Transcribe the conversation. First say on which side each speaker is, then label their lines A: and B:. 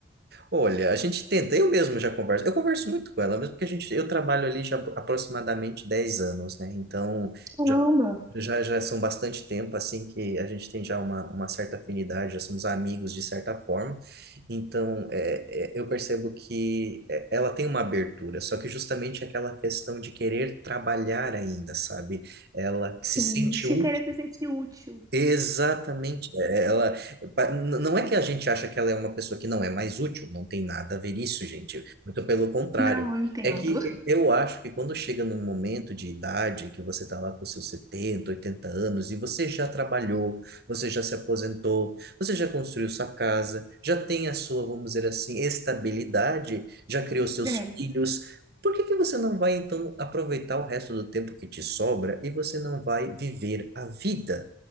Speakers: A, on the right; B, on the right.
A: Olha, a gente tenta, eu mesmo já converso, eu converso muito com ela, mesmo porque a gente, eu trabalho ali já apro- aproximadamente 10 anos, né? Então,
B: Caramba,
A: Já, já são bastante tempo, assim, que a gente tem já uma, uma certa afinidade, já somos amigos de certa forma. Então, é, é, eu percebo que é, ela tem uma abertura, só que justamente aquela questão de querer trabalhar ainda, sabe? Ela se
B: sim.
A: sente
B: Se
A: útil
B: querer se sentir útil.
A: Exatamente. é, é, Ela pa- n- não é que a gente acha que ela é uma pessoa que não é mais útil, não tem nada a ver isso, gente. Muito pelo contrário.
B: Não, eu entendo.
A: É que eu acho que quando chega num momento de idade que você está lá com seus 70 80 anos e você já trabalhou, você já se aposentou, você já construiu sua casa, já tem a sua, vamos dizer assim, estabilidade, já criou seus
B: É,
A: filhos, por que que você não vai então aproveitar o resto do tempo que te sobra e você não vai viver a vida?